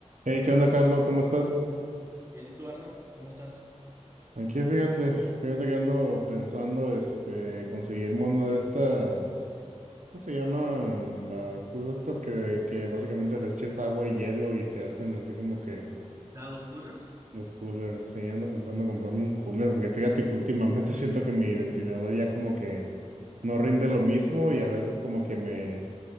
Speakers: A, on the right; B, on the right.
A: Hey, ¿qué onda, Carlos? ¿Cómo estás?
B: Bien, ¿y tú, Arnold? ¿Cómo estás?
A: Aquí, fíjate, fíjate que ando pensando, este, conseguirme una de estas, ¿cómo se llaman? Las cosas estas que, que básicamente les echas agua y hielo y te hacen así como que
B: A los coolers
A: los coolers. Sí, ando pensando comprarme un cooler, porque fíjate que últimamente <laughs> siento que mi ventilador ya como que no rinde lo mismo y a veces como que me,